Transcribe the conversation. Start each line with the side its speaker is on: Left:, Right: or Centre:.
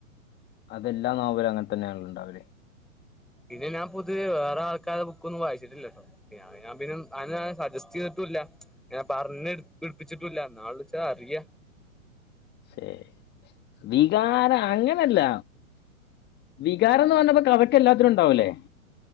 Left: അതൊല്ലാ നാവുര് അങ്ങനെ തന്നെയണലോ ഉണ്ടാവൽ.
Centre: പിന്നെ ഞാൻ പൊതുവെ വേറെ ആൾക്കാരെ ബുക്കൊന്നും വായിച്ചിട്ടില്ലാട്ടോ. ഞാൻ പിന്ന അനെ ഞാൻ സജസ്റ്റ് ചെയ്തിട്ടുല്ല. ഞാൻ പർഞ്ഞി വിർപ്പിച്ചിട്ടുല്ല നാൾ വുൾച്ച അറിയാ
Left: ശേ വികാര അങ്ങനെല്ല വികാരം എന്ന് പറഞ്ഞപ്പോ കഥായ്ക്ക് എല്ലാത്തിനും ഉണ്ടാവൂല്ലേ